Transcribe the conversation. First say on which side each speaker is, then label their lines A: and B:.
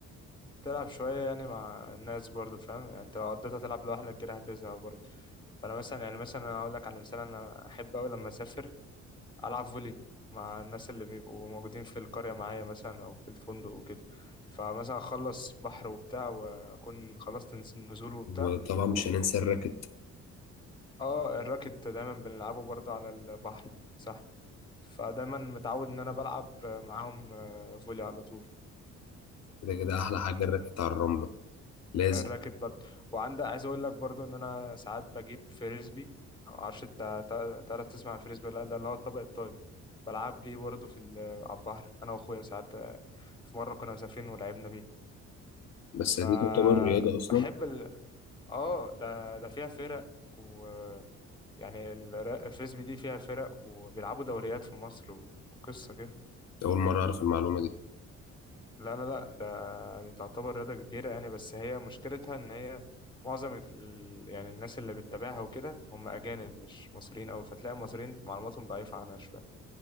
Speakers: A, on the left; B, on the left.
A: تلعب شوية يعني مع الناس برضو فاهم يعني انت لو قضيتها تلعب لوحدك كده هتزهق برضو فأنا مثلا يعني مثلا أنا هقول لك على مثال أنا أحب أوي لما أسافر ألعب فولي مع الناس اللي بيبقوا موجودين في القرية معايا مثلا أو في الفندق وكده فمثلا أخلص بحر وبتاع وأكون خلصت نز- نزول وبتاع
B: وطبعا مش هننسى الراكت
A: اه الراكت دايما بنلعبه برضو على البحر صح فدايما متعود إن أنا بلعب معاهم آه، فولي على طول
B: كده كده احلى حاجه الراكت على الرمله لازم
A: الراكت برضه وعندك عايز اقول لك برضه ان انا ساعات بجيب فريسبي معرفش انت تع- تعرف تسمع الفريسبي ولا لا ده اللي هو الطبق الطاير بلعب بيه برضه في ال- على البحر انا واخويا ساعات آه، في مره كنا مسافرين ولعبنا بيه
B: بس
A: فبحب
B: دي تعتبر رياضه اصلا
A: ال... اه ده ده فيها فرق و يعني الر- الفريسبي دي فيها فرق وبيلعبوا دوريات في مصر و- وقصه كده
B: اول مره اعرف المعلومه دي
A: لا لا لا ده دي تعتبر رياضة كبيرة يعني بس هي مشكلتها إن هي معظم ال... يعني الناس اللي بتتابعها وكده هم أجانب مش مصريين أوي فتلاقي المصريين معلوماتهم ضعيفة عنها شوية